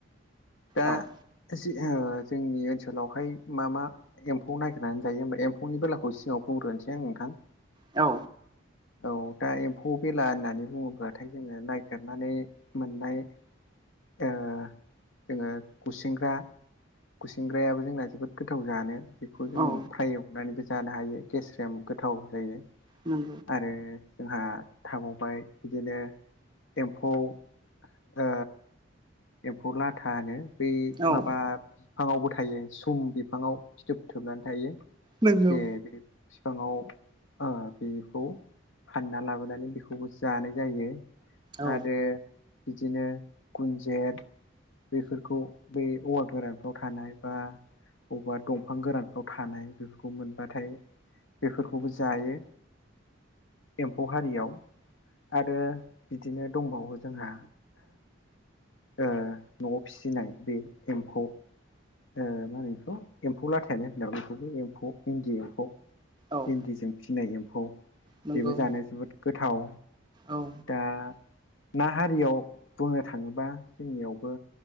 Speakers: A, on the left (about 70°); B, on the right (about 20°).
A: दा
B: औ
A: जोंनि ओनसोलावहाय मा मा एम्फौ नागिरनानै जायो ओमफाय एम्फौनि बेलाखौ सिङाव बुंग्रोनोसै आं नोंथां
B: औ
A: औ दा एम्फौ बेला होननानै बुङोब्लाथाय जोङो नागिरनानै मोननाय ओ जोङो गुसेंग्रा गुसिंग्रायाबो जोंना जोबोद गोथाव जानो बेखौ जों
B: औ
A: फ्राय एवनानैबो जानो हायो गेसरेम गोथाव जायो
B: उम
A: आरो जोंहा थाबावबाय बिदिनो एम्फौ ओ एम्फौ लाथा होनो बै
B: औ
A: माबा फाङावबो थायो सम बिफाङाव फिथोब थोबनानै थायो
B: नंगौ
A: जे बे बिफाङाव ओ बेखौ हानना लाबोनानै बेखौबो जानाय जायो।
B: औ
A: आरो बिदिनो गुनजेत बेफोरखौ बै औवा गोरानफ्राव थानाय बा अबावबा दंफां गोरानफ्राव थानाय बेफोरखौ मोनबाथाय बेफोरखौबो जायो एम्फौ हारियाव। आरो बिदिनो दंबावो जोंहा ओ न'आव फिसिनाय बे एम्फौ ओ मा होनो बेखौ एम्फौ लाथायानो होनो नामा बेखौबो एम्फौ इन्दि एम्फौ।
B: औ
A: इन्दिजों फिनाय एम्फौ
B: नंगौ
A: बेबो जानो जोबोद गोथाव।
B: औ
A: दा ना हारियाव बुंनो थाङोबा जोंनियावबो